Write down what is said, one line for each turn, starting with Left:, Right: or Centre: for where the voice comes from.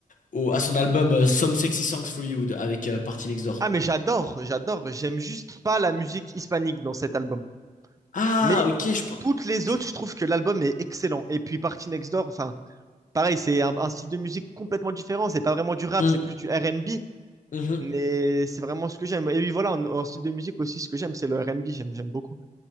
Left: au- à son album euh, Some Sexy Songs for You de- avec euh, Party Next Door.
Right: Ah, mais j'adore, j'adore. J'aime juste pas la musique hispanique dans cet album.
Left: Ah,
Right: Mais
Left: ok, je. pe-
Right: toutes les
Left: je-
Right: autres, je trouve que l'album est excellent. Et puis Party Next Door, enfin, pareil, c'est un, un style de musique complètement différent. C'est pas vraiment du rap,
Left: Mhm,
Right: c'est plus du R&B.
Left: mhm.
Right: Mais c'est vraiment ce que j'aime. Et oui, voilà, en, en style de musique aussi, ce que j'aime, c'est le R&B. J'aime, j'aime beaucoup.